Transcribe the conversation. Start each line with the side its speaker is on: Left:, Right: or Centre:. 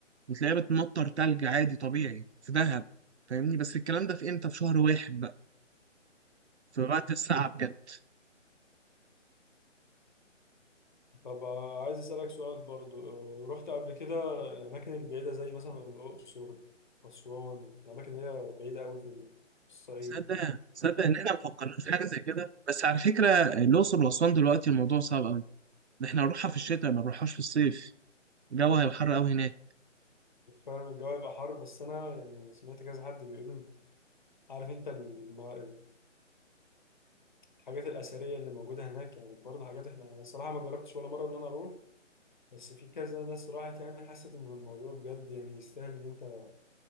Right: وتلاقيها بتمطر تلج عادي طبيعي في دهب فاهمني بس الكلام ده في امتى في شهر واحد بقى في وقت الساعة بجد
Left: طب عايز أسألك سؤال برضو آه، رحت قبل كده الأماكن البعيدة زي مثلا الأقصر أسوان الأماكن اللي هي بعيدة أوي في الصعيد
Right: صدق
Left: دي؟
Right: صدق ان احنا ما فكرناش في حاجه زي كده بس على فكره الاقصر واسوان دلوقتي الموضوع صعب قوي ده احنا هنروحها في الشتاء ما نروحهاش في الصيف الجو هيبقى حر قوي هناك
Left: فعلا الجو هيبقى حر بس أنا يعني سمعت كذا حد بيقول إن- عارف أنت الم- الحاجات الأثرية اللي موجودة هناك يعني برضه حاجات إحنا أنا الصراحة ما جربتش ولا مرة إن أنا أروح بس في كذا ناس راحت يعني حست إن الموضوع بجد يعني يستاهل إن أنت